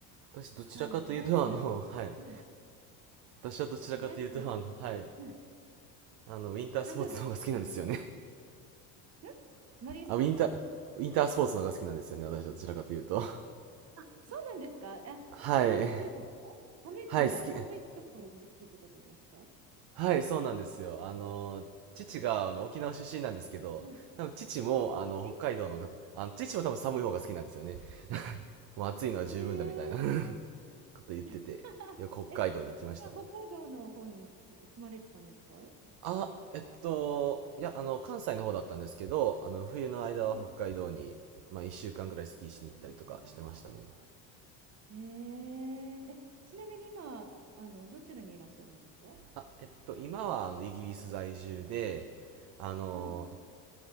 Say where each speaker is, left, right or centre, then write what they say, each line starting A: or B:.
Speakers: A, on the right; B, on the right.
A: 私どちらかというとあの、
B: はい、もう大好きな、
A: はい。
B: うん、
A: 私はどちらかというとあの、
B: そう大好きなスポーツ。
A: はい。
B: うん、
A: あの、ウィンタースポーツの方が好きなんですよね。
B: あ、どうぞどうぞ。すみませんんマリンスポーツ。
A: <laughs> あ、ウィンター、ウィンタースポーツの方が好きなんですよね。私はどちらかというと。<laughs>
B: あ、そうなんですか。あ、
A: はい。
B: じゃあスキーとか、寒い国が、
A: はい、好き。
B: 寒いところが好きってことですか。
A: はい、そうなんですよ。あの、父があの沖縄出身なんですけど、
B: はい。
A: 多分父もあの北海道のが、
B: え、
A: あの、父も多分寒い方が好きなんですよね。<laughs> もう暑いのは十分だみたいな
B: えー、
A: <laughs> こと言ってて、
B: <laughs>
A: よく北海道に行きましたね。
B: え、じゃあ北海道の方に住まれてたんですか。え
A: あ、えっと、いや、あの、関西の方だったんですけど、あの、冬の間は北海道に、
B: はい。
A: まあ、一週間ぐらいスキーしに行ったりとかしてましたね。
B: えー、え、ちなみに今、あの、どちらにいらっしゃるんですか。
A: あ、えっと、今は、あの、イギリス在住で、あの、
B: はい。